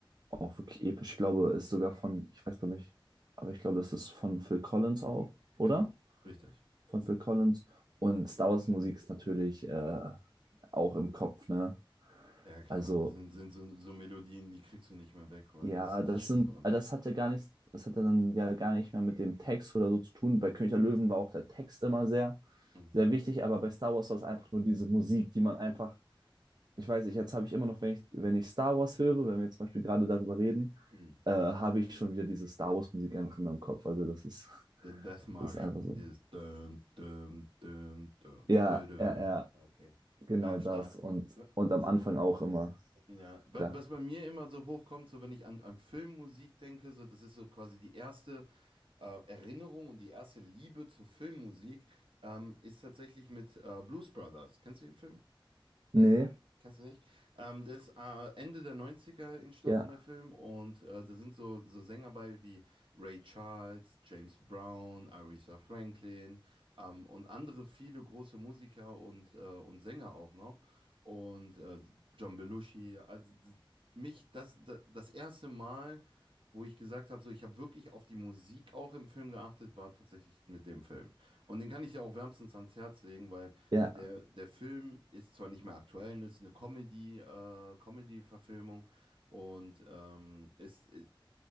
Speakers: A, on the right (about 50°); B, on the right (about 70°).
A: auch wirklich episch. Ich glaube, ist sogar von, ich weiß, glaube ich, aber ich glaube, das ist von Phil Collins auch, oder?
B: Genau, richtig.
A: Von Phil Collins. Und Star Wars Musik ist natürlich äh, auch im Kopf, ne?
B: Ja klar,
A: Also
B: das sind, sind so, so Melodien, die kriegst du nicht mehr weg, weil
A: Ja,
B: das ist,
A: das
B: das stimmt
A: sind,
B: wohl.
A: äh, das hat ja gar nichts, das hat ja dann ja gar nicht mehr mit dem Text oder so zu tun. Bei König der Löwen war auch der Text immer sehr,
B: Mhm.
A: sehr wichtig, aber bei Star Wars war es einfach nur diese Musik, die man einfach, ich weiß nicht, jetzt habe ich immer noch, wenn ich, wenn ich Star Wars höre, wenn wir jetzt zum Beispiel gerade darüber reden,
B: Mhm.
A: äh, habe ich schon wieder diese Star Wars Musik einfach in meinem Kopf. Also das ist, <laughs>
B: Der Death March,
A: das ist einfach so.
B: dieses düm, düm, düm, düm,
A: Ja,
B: düm, düm.
A: ja, ja,
B: Okay.
A: genau
B: Ja, stark.
A: das. Und,
B: W-
A: und am
B: d-
A: Anfang auch immer,
B: Ja, wa-
A: klar.
B: was bei mir immer so hochkommt, so wenn ich an, an Filmmusik denke, so das ist so quasi die erste äh, Erinnerung und die erste Liebe zur Filmmusik ähm, ist tatsächlich mit äh, Blues Brothers. Kennst du den Film?
A: Nee,
B: Kennst du nicht? Ähm, das ist äh, Ende der Neunziger er entstanden,
A: ja,
B: der Film. Und äh, da sind so, so Sänger bei wie Ray Charles, James Brown, Aretha Franklin ähm, und andere viele große Musiker und, äh, und Sänger auch noch. Und äh, John Belushi. Also, d- mich das, das, das erste Mal, wo ich gesagt habe, so, ich habe wirklich auf die Musik auch im Film geachtet, war tatsächlich mit dem Film. Und den kann ich ja auch wärmstens ans Herz legen, weil.
A: ja,
B: Der, der Film ist zwar nicht mehr aktuell, das ist eine Comedy, äh, Comedy-Verfilmung und ähm, es, äh,